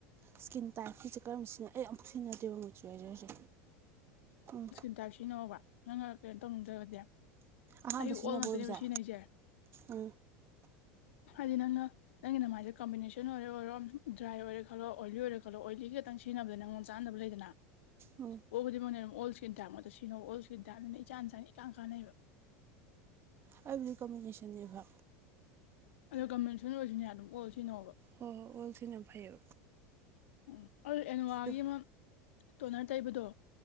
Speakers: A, on the right; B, on the left.
A: ꯏꯁꯀꯤꯟ ꯇꯥꯏꯞꯀꯤꯁꯦ ꯀꯔꯝ ꯁꯤꯅ ꯑꯩ ꯌꯥꯝ ꯊꯨꯏꯅꯗꯦꯕ ꯍꯧꯁꯨ ꯍꯥꯏꯔꯦ ꯍꯧꯔꯦ ꯎꯝ
B: ꯇꯎꯁꯤꯅꯣꯕ ꯅꯪꯉ ꯀꯩꯅꯣ ꯇꯧꯅꯤꯡꯗ꯭ꯔꯒꯗꯤ
A: ꯑꯍꯥꯟꯕ
B: ꯑꯩꯌꯨꯛ
A: ꯁꯤꯖꯤꯟꯅꯕ
B: ꯑꯣꯜ ꯉꯥꯛꯇꯅꯦꯕ
A: ꯑꯣꯏꯕꯁꯦ
B: ꯁꯤꯅ ꯑꯩꯁꯦ
A: ꯎꯝ
B: ꯍꯥꯏꯗꯤ ꯅꯪ ꯅꯪꯒꯤ ꯅꯥꯏꯁꯦ ꯀꯝꯕꯤꯅꯦꯁꯟ ꯑꯣꯏꯔ ꯑꯣꯏꯔꯣ ꯗ꯭ꯔꯥꯏ ꯑꯣꯏꯔꯦ ꯈꯜꯂꯣ ꯑꯣꯏꯂꯤ ꯑꯣꯏꯔꯦ ꯈꯜꯂꯣ ꯑꯣꯏꯂꯤ ꯛꯇꯇꯪ ꯆ ꯊꯤꯅꯕꯗ ꯅꯪꯉꯣꯝ ꯆꯥꯗꯅꯕ ꯂꯩꯗꯅ
A: ꯑꯣ
B: ꯑꯣꯕꯨꯗꯤ ꯃꯣꯏꯅ ꯑꯗꯨꯝ ꯑꯣꯜ ꯏꯁꯀꯀꯤꯟ ꯇꯥꯏꯞꯇꯛꯇ ꯁꯤꯅꯣ ꯑꯣꯜ ꯏꯁ꯭ꯀꯤꯟꯥꯏꯞꯅꯤꯅ ꯏꯆꯥ ꯏꯟꯆꯥꯅ ꯏꯀꯥꯟ ꯀꯥꯟꯅꯩꯕ
A: ꯍꯥꯏꯕꯨꯗꯤ ꯀꯣꯝꯕꯤꯅꯦꯁꯟꯅꯦꯕ
B: ꯑꯗꯣ ꯀꯃꯦꯟꯁꯟ ꯑꯣꯏꯔꯁꯨꯅꯦ ꯑꯗꯨꯝ ꯀꯜ ꯁꯤꯅꯣꯕ
A: ꯍꯣꯏ ꯍꯣꯏ ꯑꯣꯜ ꯊꯅ ꯐꯩꯌꯦꯕ
B: ꯎ ꯑꯗꯨ ꯑꯦꯅꯣꯋꯥꯒꯤ
A: ꯑꯗꯣ
B: ꯑꯃ ꯇꯣꯅꯔ ꯇꯩꯕꯗꯣ